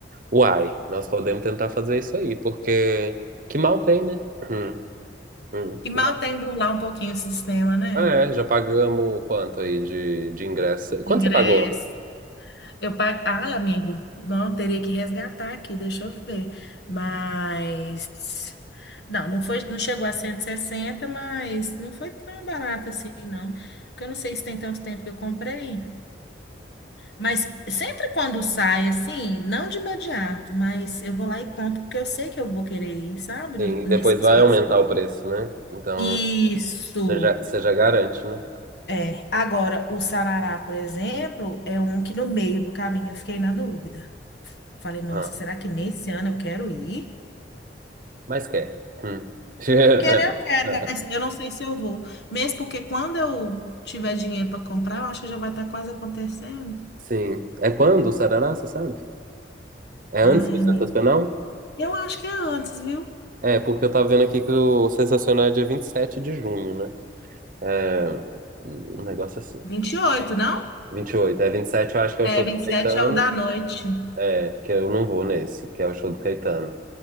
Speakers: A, on the right; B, on the left.
A: Uai, nós podemos tentar fazer isso aí, porque que mal tem, né? Hum, hum.
B: Que mal
A: Já,
B: tem burlar um pouquinho o sistema, né?
A: é, já pagamos quanto aí de, de ingresso? Quanto
B: Ingresso.
A: você pagou?
B: Eu pago. Ah, amigo, não, teria que resgatar aqui, deixa eu ver. Mas. Não, não foi, não chegou a 160, mas não foi tão barato assim, não. Porque eu não sei se tem tanto tempo que eu comprei. Mas sempre quando sai, assim, não de imediato, mas eu vou lá e compro, porque eu sei que eu vou querer ir, sabe? No-
A: Sim, e
B: Nesse
A: depois
B: específico.
A: vai aumentar o preço, né? Então,
B: Isso.
A: você já, você já garante, né?
B: É. Agora, o sarará, por exemplo, é um que no meio do caminho eu fiquei na dúvida. Falei, nossa,
A: Ah,
B: será que nesse ano eu quero ir?
A: mas quer. Hum. <laughs>
B: Querer, mas eu não sei se eu vou. Mesmo porque quando eu tiver dinheiro para comprar, eu acho que já vai estar quase acontecendo.
A: Sim. É quando o Sarará, você sabe? É
B: Ai,
A: antes do
B: amiga.
A: Sensacional?
B: Eu acho que é antes, viu?
A: É, porque eu tava vendo aqui que o Sensacional é dia 27 de junho, né? É, um negócio assim.
B: vinte e oito não?
A: vinte e oito É vinte e sete eu acho que é
B: É,
A: o show
B: 27
A: do Caetano.
B: é o da noite.
A: É, que eu não vou nesse, que é o show do Caetano.